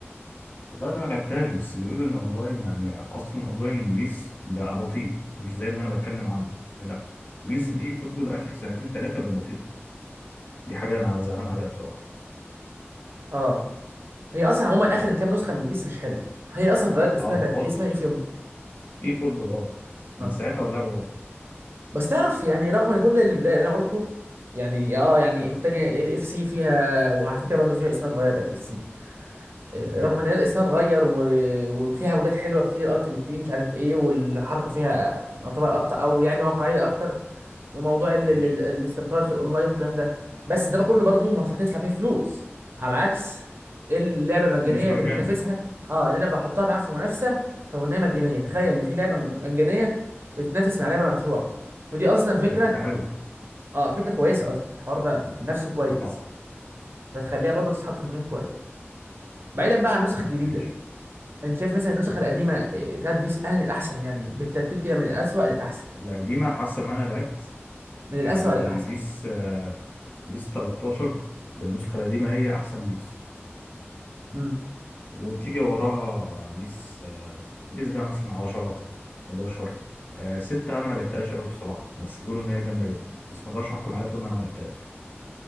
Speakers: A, on the left; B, on the right.
A: والله انا ما لعبتهاش بس بيقولوا ان اونلاين يعني اصلا اونلاين بيس بقى بطيء مش زي اللي انا بتكلم عنه لا بيس
B: مم.
A: الاي فوتبول اخر سنتين ثلاثه بقت بطيئه دي حاجه انا زعلان عليها بصراحه
B: اه هي اصلا عموما اخر كام نسخة من بيس مش حلوة هي اصلا اتغيرت اسمها
A: اه
B: بقت
A: خالص
B: ايه اسمها ايه في
A: اي فوتبول اه
B: اه
A: من ساعتها واللعبه باظت
B: بس تعرف يعني رغم ان كل اللي انا قلته يعني اه يعني التانية اف سي فيها وعلى فكره برضه فيها اسمها اتغير بقت اف سي رغم
A: تمام
B: ان هي اسمها اتغير و- وفيها مودات حلوه كتير التيمت تيم مش عارف ايه والحركه فيها يعتبر ابطا او يعني واقعيه اكتر وموضوع ال ال
A: ماشي
B: ال الاستقرار في الاونلاين والكلام ده بس ده كله برضه ما هتدفع فيه فلوس على عكس اللعبه المجانيه
A: بيس مجانا
B: اللي بتنافسها اه ان انا بحطها معاها في منافسه رغم ان هي مجانيه تخيل ان في لعبه مجانيه بتتنافس مع لعبه مدفوعه فدي اصلا فكره
A: دي حاجه حلوه
B: اه فكره كويسه اصلا الحوار ده نفسه كويس
A: صح
B: فتخليها برضه تتحط في مكان كويس بعيدا بقى عن النسخ الجديده
A: ماشي
B: انت شايف مثلا النسخ القديمه إيه، بتاعت بيس اهل الاحسن يعني بالترتيب كده من الاسوأ للاحسن
A: القديمه حاسه ان انا لعبت
B: من
A: يعني
B: الاسوأ للاحسن
A: بيس بيس 13 بالنسخة القديمة هي أحسن بيس
B: امم
A: وتيجي وراها بيس بيس بقى مثلا 10 11 آه، 6 أنا ما لعبتهاش قوي بصراحة بس بيقولوا إن هي جامدة جدا بس ما أقدرش أحكم عليها طول ما أنا ما لعبتهاش